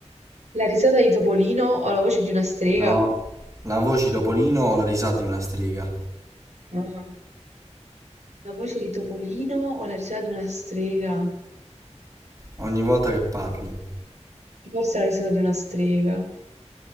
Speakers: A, on the right (about 75°); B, on the right (about 25°).
A: La risata di Topolino o la voce di una strega?
B: No, La voce Topolino o la risata di una strega
A: Ah. La voce di Topolino o la risata di una strega?
B: ogni volta che parli?
A: Forse la risata di una strega.